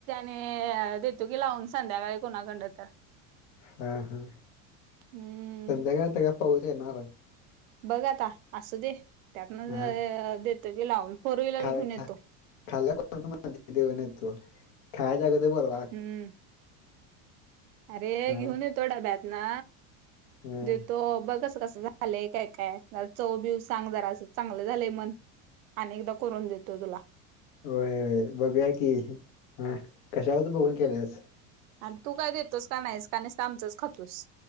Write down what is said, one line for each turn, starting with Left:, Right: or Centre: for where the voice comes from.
Right: ने देतो की लावून संध्याकाळी कुणाकड तर.
Left: हा हा
Right: हम्म
Left: संध्याकाळता का पाहच येणार.
Right: बघ आता असू दे त्यातन
Left: हां.
Right: देत की लावून. फोर व्हीलर
Left: खा
Right: घेऊन येतो
Left: खाल्ला देऊन तू खायचग ते बोलवा.
Right: हम्म. अरे
Left: हां,
Right: घेऊन येतो डाब्यात ना
Left: हां.
Right: देतो बघस कस झा झालेय काय काय, ज चव बिीव सांग जरा असं, चांगलं झालंय मन. अनेकदा करून देतो तुला.
Left: होय होय बघूया की ह कशावरत बघून केलेस.
Right: आणि तू काय देतोस का नाहीस का निस्ता आमचंच खातोस.